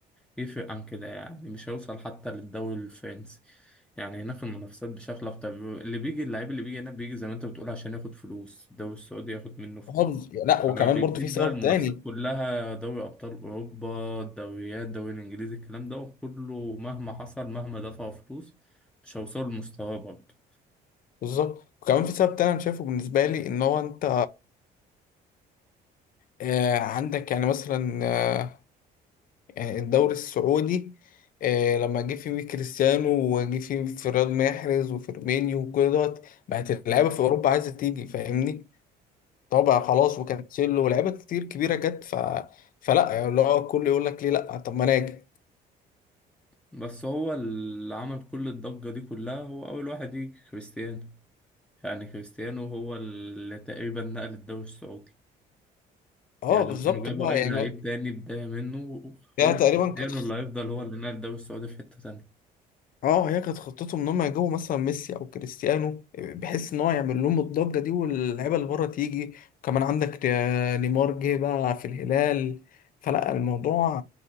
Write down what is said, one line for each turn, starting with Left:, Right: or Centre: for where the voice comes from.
Centre: يفرق عن كده يعني مش هيوصل حتى للدوري الفرنسي يعني هناك المنافسات بشكل أكتر اللي بيجي اللعيب اللي بيجي هنا بيجي زي ما أنت بتقول عشان ياخد فلوس الدوري السعودي ياخد منه فلوس
Left: حافظ لا وكمان
Centre: أما بيسيب
Left: برضه في سبب
Centre: بقى المنافسات
Left: تاني
Centre: كلها دوري أبطال أوروبا الدوريات الدوري الإنجليزي الكلام ده وكله مهما حصل مهما دفعوا فلوس مش هيوصلوا لمستواه برضه
Left: بالظبط وكمان في سبب تاني انا شايفه بالنسبه لي ان هو انت آه عندك يعني مثلا آه، يعني الدوري السعودي آه، لما جه فيه كريستيانو وجه فيه فراد محرز وفيرمينيو وكل دوت بقت اللعيبه في اوروبا عايزه تيجي فاهمني طبعا خلاص وكانسيلو ولاعيبه كتير كبيره جت ف... فلا يعني اللي هو الكل يقول لك ليه لا طب ما انا اجي
Centre: بس هو اللي عمل كل الضجة دي كلها هو أول واحد يجي كريستيانو يعني كريستيانو هو اللي تقريبا نقل الدوري السعودي
Left: اه
Centre: يعني
Left: بالظبط
Centre: لو كانوا جابوا
Left: بقى
Centre: أي
Left: يعني
Centre: لعيب تاني بداية منه
Left: هي
Centre: هو
Left: تقريبا
Centre: كريستيانو
Left: كانت
Centre: اللي هيفضل هو اللي نقل الدوري السعودي في حتة تانية
Left: اه هي كانت خطتهم ان هم يجيبوا مثلا ميسي او كريستيانو بحيث ان هو يعمل لهم الضجه دي واللعيبه اللي بره تيجي كمان عندك نيمار جه بقى في الهلال فلا الموضوع